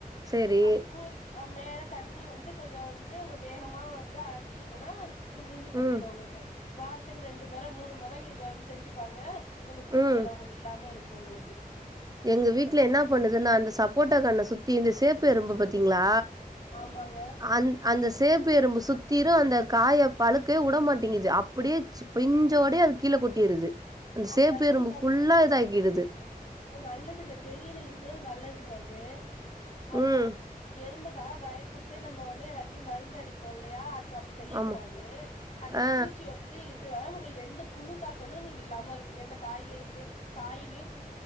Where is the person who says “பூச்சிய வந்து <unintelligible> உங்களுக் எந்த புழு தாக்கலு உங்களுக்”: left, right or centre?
Left